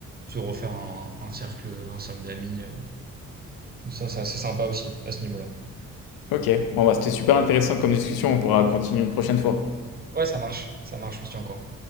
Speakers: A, on the right; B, on the left.
A: se refaire un, un cercle, un cercle d'amis. euh, donc ça, c'est assez sympa aussi à ce niveau-là.
B: Ok, bon bah c'était super intéressant comme discussion, on pourra continuer une prochaine fois.
A: Ouais, ça marche, ça marche, on se tient encore.